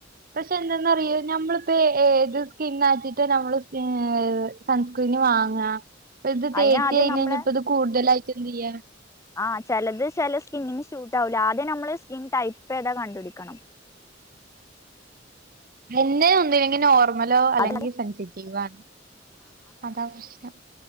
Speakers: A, on the right; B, on the left.
A: പക്ഷെ എന്തന്നറിയോ നമ്മളിപ്പോ ഏത് സ്കിന്നായ്ച്ചിട്ട് നമ്മള് സ്ക് സൺസ്ക്രീന് വാങ്ങാ. ഇപ്പ ഇത് തേച്ച്
B: അയിന് ആദ്യം
A: കഴിഞ്ഞഴിഞ്ഞപ്പോ
B: നമ്മള്
A: ഇത് കൂടുതലായിട്ട് എന്ത് ചെയ്യാ?
B: ആഹ് ചെലത് ചെല സ്കിന്നിന് സ്യൂട്ട് ആവൂല. ആദ്യം നമ്മള് സ്കിൻ ടൈപ്പ് ഏതാ കണ്ടു പിടിക്കണം
A: എന്നെ ഒന്നില്ലങ്കി നോർമലോ അല്ലെങ്കി
B: അത്
A: സെൻസിറ്റീവോ ആണ് അതാ പ്രശ്നം.